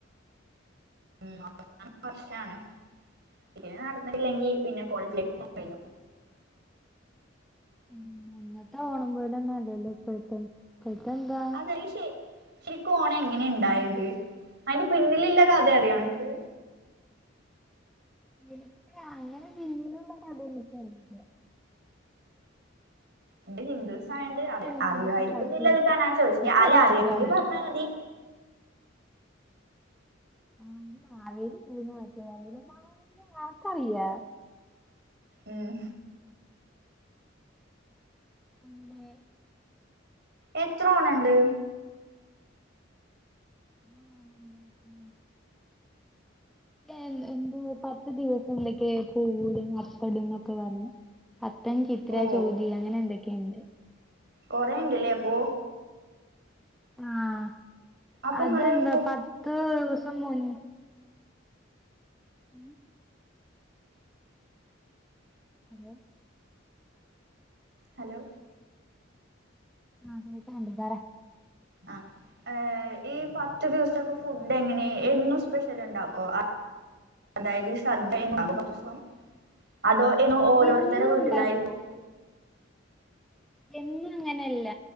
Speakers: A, on the right (about 60°); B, in the centre.
A: ഉം അവസാനവർഷാണ് ഇതില്നടന്നിട്ടില്ലെങ്കിൽ പിന്നെ കോളേജ് ലൈഫും കഴിഞ്ഞു
B: ഉം മുന്നത്തെ ഓണം പോല ഒന്നുല്ലല്ലോ ഇപ്പയ്ത്തെ ഇപ്പയ്ത്തെന്താ
A: ത്രീശേ ശരിക്ക് ഓണം എങ്ങനെണ്ടായത് അയിന്റെ പിന്നിലില്ല കഥ അറിയോ അനക്ക്
B: ഇന്ക്ക് അങ്ങനെ പിന്നിലു ള്ളകഥ എനിക്കറില്ലാ
A: ഇന്റെ ഹിന്ദുൂസ്സ ആയണ്ട്
B: ഓണം
A: അത്
B: വരുമ്പോ
A: അറിയായിരിക്കുന്ന്
B: എന്തൊക്കെയോ സദ്യ
A: ഇല്ലെൽകാ
B: കിട്ടും
A: ഞാൻ ചോദിചെ
B: എനിക്കത്
A: അല്ല അറിയങ്കി
B: മാത്രേ അറിയുള്ളൂ
A: പറഞ്ഞാമതി
B: അന്ന് മാവേലി പൊയ്ന്നു മാവേലിനെ അൻകറീലെ
A: ഉം
B: അതെ
A: എത്ര ഓണണ്ട്
B: ആ, ഉണ്ടാക്കും എന്ത്‌ എന്ത് പത്ത്ദിവസം എന്തൊക്കെ പുവ്ടും അത്തടുംന്നൊക്കെ പർഞ്ഞ് അത്തൻ ചിത്ര
A: ഓ
B: ചോതി അങ്ങനെന്തെക്കേണ്ട്
A: കൊറേണ്ട്ലെ അപ്പോ
B: ആഹ്
A: അപ്പൊ
B: അതെന്താ
A: ഇങ്ങള് ഫു
B: പത്ത്ദിവസം മുൻപ് ഉം അതെ
A: ഹലോ
B: ആഹ് കേക്ണ്ട് പറ
A: ആഹ് ഏഹ് ഈ പത്ത്ദിവസൊക്കെ ഫുഡ്എങ്ങനെ എന്നും സ്പെഷ്യല്ണ്ടാക്കോ അതായത് ഈ ശദ്ദെണ്ടാവും പത്തൂസം അതോ ഇനോ ഓരോര്ത്തരെ
B: എന്നും
A: വീട്ടിലായിരിക്കും
B: ഉണ്ടാ എന്നും ഇങ്ങനെല്ല